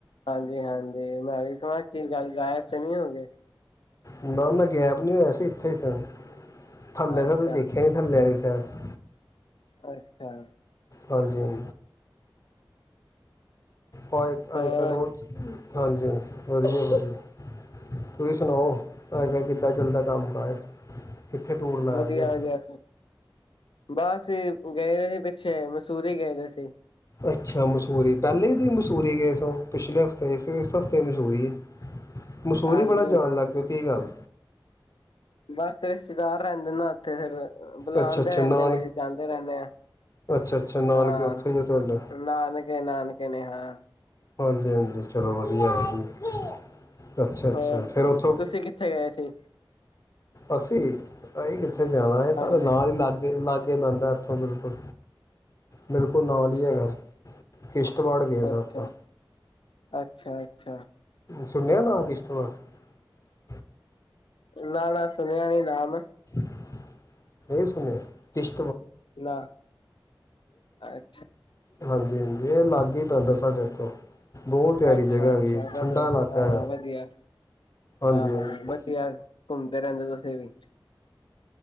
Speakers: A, on the left; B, on the left.
A: ਹਾਂਜੀ ਹਾਂਜੀ ਮੈਂ ਵੀ ਕਵਾ ਕੀ ਗੱਲ ਗਾਇਬ ਤੇ ਨਹੀਂ ਹੋ ਗਏ
B: ਨਾ ਨਾ ਗੈਪ ਨੀ ਹੋਇਆ ਸੀ ਇੱਥੇ ਇ ਸਾ, ਥੱਲੇ
A: ਅੱਛਾ
B: ਸਾ, ਤੁਸੀਂ ਦੇਖਿਆ ਇ ਨੀ ਥੱਲੇ ਆਲੀ <unintelligible>
A: ਅੱਛਾ
B: ਹਾਂਜੀ ਹਾਂਜੀ ਹ ਆ
A: ਹੋਰ
B: ਕ ਉਹ <inaudible> ਹਾਂਜੀ, ਵਧੀਆ ਵਧੀ ਤੁਸੀਂ ਸੁਣਾਓ, ਅਜ -ਕੱਲ੍ਹ ਕਿੱਦਾਂ ਚੱਲਦਾ ਕੰਮ ਕਾਜ? ਕਿੱਥੇ ਟੂਰ ਲਾਇਆ
A: ਵਧੀਆ
B: ਜੇ
A: ਵਧੀਆ ਬਸ। ਅਸੀਂ ਗਏ ਸੀ ਪਿੱਛੇ, ਮਸੂਰ ਹੀ ਗਏ ਰ ਸੀ।
B: ਅੱਛਾ ਮਸ਼ਹੂਰੀ, ਪਹਿਲੇ ਹੀ ਤੁਸੀਂ ਸੂਰੀ ਗਸ ਪਿਛਲੇ ਹਫ਼ਤੇ ਇਸ ਇਸ ਹਫ਼ਤੇ ਮਸੂਰੀ ਹੈ। ਮਸੂਰੀ
A: ਹਾਂਜੀ
B: ਹੀ ਬੜਾ ਜਾਣ ਲੱਗੇ, ਕੀ ਗੱਲ?
A: ਬਸ ਰਿਸ਼ਤੇਦਾਰ ਰਹਿੰਦੇ ਨਾ ਉੱਥੇ ਫਿਰ ਬੁਲਾਉਂਦੇ
B: ਅੱਛਾ ਅੱਛਾ
A: ਰਹਿੰਦੇ
B: ਨਾਨਕ
A: ਨੇ, ਅਸੀਂ ਜਾਂਦੇ ਰਹਿੰਦੇ ਹਾਂ।
B: ਅੱਛਾ ਅੱਛਾ ਨਾਨਕੇ
A: ਹਾਂ,
B: ਉੱਥੇ ਹੀ ਆ ਤੁਹਾਡਾ
A: ਨਾਨਕੇ -ਨਾਨਕੇ ਨੇ। ਹਾਂ।
B: ਹਾਂਜੀ -ਹਾਂਜੀ, ਚਲੋ ਵਧੀਆ ਵਧੀਆ। ਅੱਛਾ ਅੱਛਾ
A: ਹੋਰ
B: ਫਿਰ ਉੱਥੋਂ
A: ਤੁਸੀਂ ਕਿੱਥੇ ਗਏ ਸੀ?
B: ਅਸੀ ਗ ਉੱਥੇ ਜਾਣਾ ਹੈ ਸਾਡੇ
A: ਹਾਂਜੀ
B: ਨਾਲ ਹੀ ਲਾੱਗੇ ਅੱਗੇ ਬਣਦਾ ਹੱਥੋਂ ਬਿਲਕੁਲ ਬਿਲਕੁਲ ਨਾਲ
A: ਅੱਛਾ
B: ਹੀ ਹੈਗਾ। ਕਿਸ਼ਤਵਾੜ ਗਏ ਸਾਂ,
A: ਅੱਛਾ
B: ਆਪਾਂ।
A: ਅੱਛਾ ਅੱਛਾ।
B: ਮ ਸੁਣਿਆ ਨਾ ਦੀ <unintelligible>
A: ਨਾ-ਨਾ ਸੁਣਿਆ ਨੀ ਨਾਮ?
B: ਇਹੀ ਸੁਨਿਆ ਕਿਸ਼
A: ਨਾ ਅੱਛਾ
B: ਹਾਂਜੀ-ਹਾਂਜੀ ਇਹ ਲਾੱਗੇ ਹੀ ਪੈਂਦਾ ਐ, ਸਾਡੇ ਇੱਥੋਂ। ਬਹੁਤ ਪਿਆਰੀ
A: ਅੱਛਾ-ਅੱਛਾ
B: ਜਗ੍ਹਾ ਹੈਗੀ
A: ਵਧੀਆ
B: ਠੰਡਾ ਇਲਾਕਾ
A: ਹਾਂ,
B: ਹੈਗਾ
A: ਵਧੀਆ
B: ਹਾਂਜੀ
A: ਹਾਂ-ਹਾਂ
B: ਹਾਂਜੀ
A: ਵਧੀਆ, ਘੁੰਮਦੇ ਰਹਿੰਦੇ ਤੁਸੀ ਵੀ।